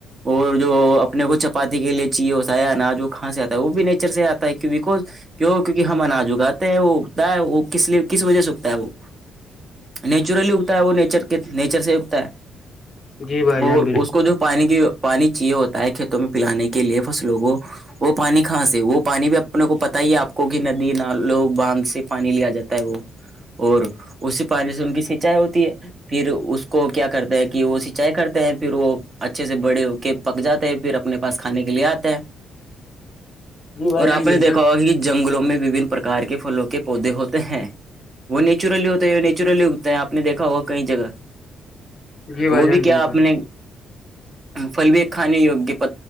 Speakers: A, on the right; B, on the left.
A: اور جو اپنے کو چپاتی کے لیے چاہیے ہوتا ن جو کھاں سے آتا ہے وہ بھی نیچر سے آتا ہے کی بیکز کیوں کیونکہ ہم اناج اگاتے ہیں وہ اگتا ہے وہ کس لیے کس وجہ سے اگتا ہے وہ نیچرلی اگتا ہے وہ نیچر کے نیچر سے ہی اگتا ہے
B: جی بھائی
A: اور
B: جان بھی <unintelligible>
A: اس کو جو پانی کی پانی چیے ہوتا ہے کھیتوں میں پلانے کے لیے فصلوں کو وہ پانی کاں سے وہ پانی بھی اپنے کو پتا ہی ہے آپ کو کہ ندی نالوں باندھ سے پانی لیا جاتا ہے وہ اور اسی پانی سے ان کی سینچائی ہوتی ہے پھر اس کو کیا کرتے ہیں کہ وہ سینچائی کرتے ہیں پھر وہ اچھے سے بڑے ہو کے پک جاتا ہے پھر اپنے پاس کھانے کے لیے آتا ہے
B: جی بھائی
A: اور
B: جان
A: آپ
B: بالکل
A: نے دیکھا ہوگا کہ جنگلوں میں وبھن پرکار کے پھلوں کے پودے ہوتے ہیں وہ نیچرلی ہوتا ہے نیچرلی اگتا ہے آپ نے دیکھا ہوا کہئی جگہ <unintelligible>
B: جی
A: تو
B: بھائی
A: وہ
B: جان
A: بھی
B: بالکل
A: کیا آپ نے <unintelligible> پل بھی ایک کھانے وگ پ